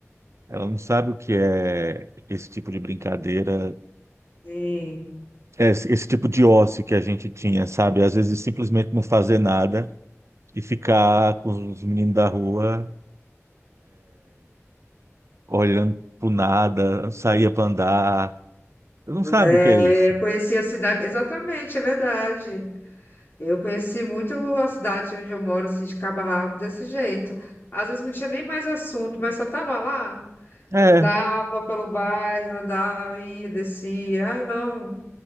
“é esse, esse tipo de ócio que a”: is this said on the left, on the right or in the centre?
Right